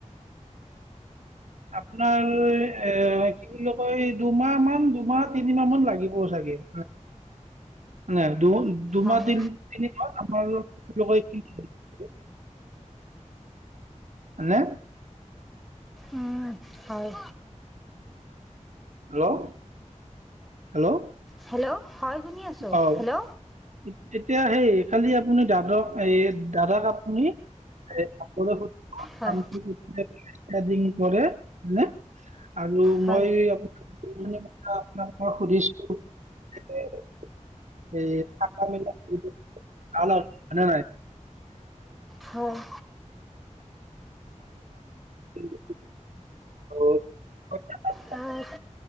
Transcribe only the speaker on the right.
আপোনাৰ এ <unintelligible> দুমাহ মান দুমাহ তিনিমাহ মান লাগিব চাগে। <unintelligible> দুমাহ
তিন <unintelligible> তিনি মাহ <unintelligible> <unintelligible>
হেল্ল'। হেল্ল'।
অ
<unintelligible> আপুনি দাদক এই দাদাক আপুনি <unintelligible>
কৰে। হয় নে? আৰু
মই আপোনাক যোনখিনি কথা আপোনাক মই সুধিছো <unintelligible> হেৰি <inaudible> <inaudible> হয় নে নাই
<inaudible> <inaudible> <unintelligible>